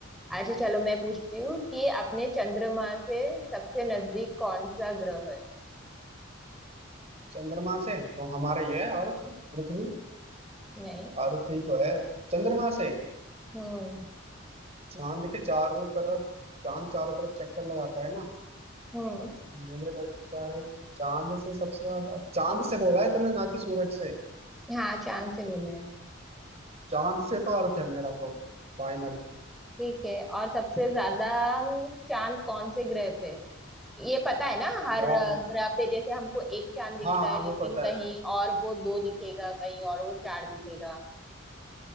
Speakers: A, in the centre; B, on the right.
A: अच्छा चलो मैं पूछती हूँ कि अपने चंद्रमा से सबसे नजदीक कौन सा ग्रह है
B: चंद्रमा से तो हमारा ये है अर्थ पृथ्वी
A: नहीं
B: अर्थ ही तो है चंद्रमा से
A: हम्म
B: चांद के चारों तरफ चांद चारों तरफ चक्कर लगाता है ना
A: हम्म
B: मुझे लगता है चांद से सबसे ज्यादा चांद से बोला है तुमने ना कि सूरज से
A: हाँ चांद से बोला है मैंने।
B: चांद से तो अर्थ है मेरा तो फाइनल
A: ठीक है और सबसे ज्यादा अम, चांद कौन से ग्रह पे है ये पता है ना हर
B: यार
A: अ, ग्रह पे जैसे हमको एक चांद दिखता
B: हाँ
A: है
B: हाँ
A: लेकिन
B: वो पता
A: कहीं
B: है
A: और वो दो दिखेगा कहीं और वो चार दिखेगा